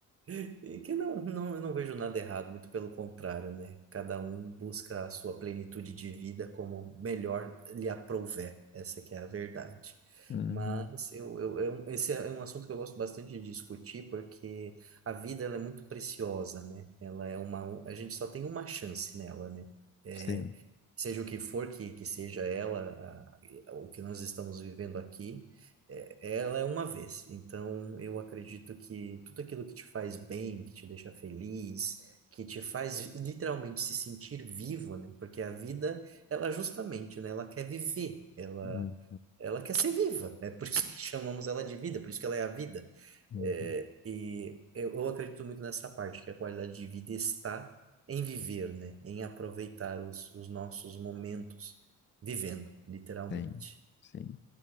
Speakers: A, on the right (about 35°); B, on the left (about 30°).
A: E que não, não, eu não vejo nada errado, muito pelo contrário, né? Cada um busca a sua plenitude de vida como melhor lhe aprouver, essa que é a verdade.
B: Uhum.
A: Mas eu, eu, eu- esse é um assunto que eu gosto bastante de discutir, porque a vida ela é muito preciosa, né? Ela é uma, a gente só tem uma chance nela, né? É,
B: Sim.
A: seja o que for que, que seja ela, a- o que nós estamos vivendo aqui. É, Ela é uma vez, então eu acredito que tudo aquilo que te faz bem, que te deixa feliz, que te faz literalmente se sentir vivo, né? Porque a vida, ela justamente, né? Ela quer viver, ela,
B: Uhum.
A: ela quer ser viva, é por isso que <laughs> chamamos ela de vida, por isso que ela é a vida.
B: Uhum.
A: É, e eu eu acredito muito nessa parte, que a qualidade de vida está em viver, né? Em aproveitar os, os nossos momentos vivendo, literalmente.
B: Sim, sim.